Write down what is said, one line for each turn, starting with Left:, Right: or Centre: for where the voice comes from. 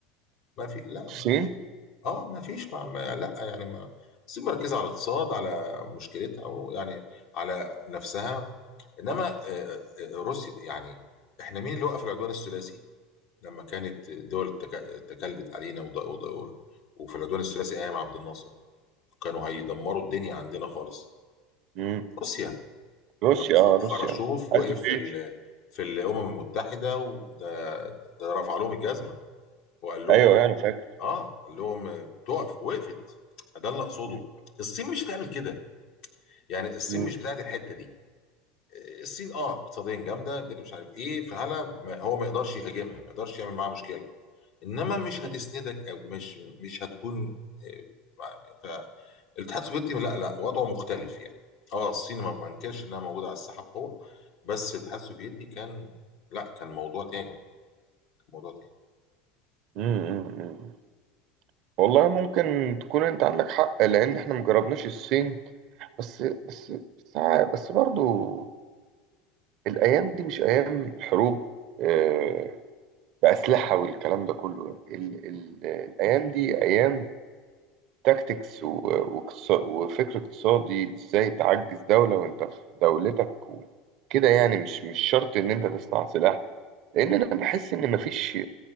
Left: ما في لا
Right: الصين
Left: اه ما فيش ما ما- لا يعني ما بس مركزه على الاقتصاد على مشكلتها ويعني على نفسها انما آه، آه، آه، روسيا يعني احنا مين اللي وقف العدوان الثلاثي لما كانت الدول تك- تكلبت علينا وض- وض- وفي العدوان الثلاثي ايام عبد الناصر كانوا هيدمروا الدنيا عندنا خالص
Right: امم
Left: روسيا
Right: روسيا
Left: لما
Right: اه
Left: خ-
Right: روسيا
Left: خرشوف
Right: عايز
Left: وقف
Right: فيت
Left: في ال- في الامم المتحده وده ده رفع لهم الجزمه وقال لهم
Right: ايوه انا فاكر
Left: اه قال لهم تقف وقفت ده اللي اقصده
Right: مم.
Left: الصين مش هتعمل كده يعني الصين
Right: مم.
Left: مش بتاعت الحته دي آه، الصين اه اقتصاديا جامده الدنيا مش عارف ايه فهلا ما- هو ما يقدرش يهاجمها ما يقدرش يعمل معاها مشكله انما مش
Right: مم.
Left: هتسندك او مش مش هتكون آه، مع- فالاتحاد السوفيتي لا لا وضعه مختلف يعني اه الصين ما بنكرش انها موجوده على الساحه بقوه بس الاتحاد السوفيتي كان لا كان موضوع تاني كان موضوع تاني
Right: مم. مم. والله ممكن تكون انت عندك حق لان احنا مجربناش الصين بس بس بس, ع- بس برضو الايام دي مش ايام حروب آه، بأسلحة والكلام ده كله ال ال الأيام دي أيام تاكتكس و- واقتصا- وفكر اقتصادي ازاي تعجز دولة وانت في دولتك وكده يعني مش مش شرط ان انت تصنع سلاح لان انا بحس ان مفيش